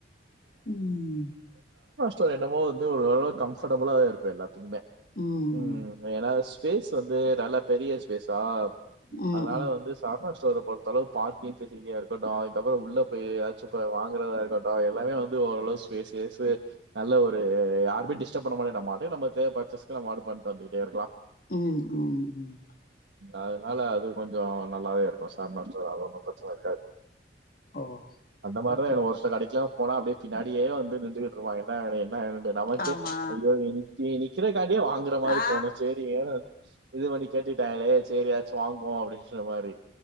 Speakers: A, on the left; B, on the right.
A: உம்
B: சோ என்னமோ ஒரளவு கம்ஃப்டபுளா தான் இருக்கும் எல்லாம் த்துகுமே
A: ம்
B: உம் ஏன்னா ஸ்பேஸ் வந்து நல்ல பெரிய ஸ்பேஸ் ஆஹ்
A: ம்
B: அதனால
A: ம்
B: வந்து சரவணா ஸ் ஒரு பொறுத்தளவு பார்கிங் பெசிலிட்டியா இருக்கட்டும் அதுக்கப்புற உள்ள போய் சூப்பர் வாங்குறதா இருக்கட்டும் எல்லாமே வந்து ஓரளவு ஸ்பேஸ்சு நல்ல ஒரு யாருமே டிஸ்டப் பண்ண மாரியே நம்ப உண்டு நம்ம தேவ பர்ச்சஸ் பண்ணிட்டு வந்துக்கிட்டே இருக்கலாம்
A: உம் உம் உம்
B: அதுனால அது கொஞ்சோ நல்லாவே இருக்கும் சார்மஸ்டோர் அவ பக்க சோல்டா இருக்கும்
A: ஓ
B: இந்த மாதிரே
A: ஓகே
B: எனக் ஒருஸ்காட் <unintelligible> போனா அப்டியே பின்னாடியே வந்து நின்றுட்டு இருப்பாயிங் என்னா வேனு என்னா வேனு ண்டு நமக்கே
A: ஆமா
B: ஐயோ இவு நிக்கி நிக்கிறங்காட்டியே வாங்குற மாரி
A: ஆ
B: தோணுச் செரி வேனு இது பண்ணி கேட்டுட்டாயிங்குளே செரிய எதாச்சு வாங்குவோ அப்டின் சொன்ன மாரி